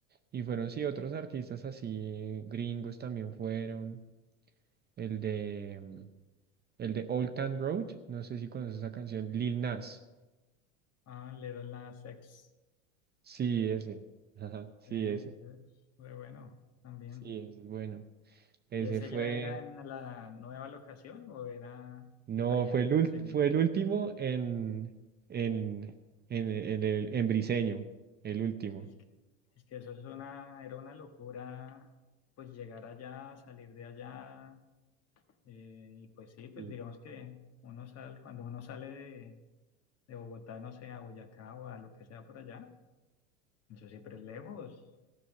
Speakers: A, on the right; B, on the left.
A: Y fueron, sí, otros artistas así, gringos también fueron. El de, mm, el de Old Town Road, no sé si conoces esa canción, Lil Nas.
B: Ah, le doy la sex
A: Sí, ese. <laughs> Ajá, sí,
B: Sí, es
A: ese.
B: muy bueno también.
A: Sí, ese es bueno. Ese
B: ¿Y ese
A: fue,
B: ya era en la nueva locación o era
A: no,
B: allá
A: fue
B: en
A: el, ul-
B: el diseño?
A: fue el último en, en, en, en el- en Briseño, el último.
B: Es que, es que eso es una, era una locura, pues llegar allá, salir de allá. eh, y pues sí, pues
A: Mm.
B: digamos que uno sale, cuando uno sale de, de Bogotá, no sé, a Boyacá o a lo que sea por allá. Eso siempre es lejos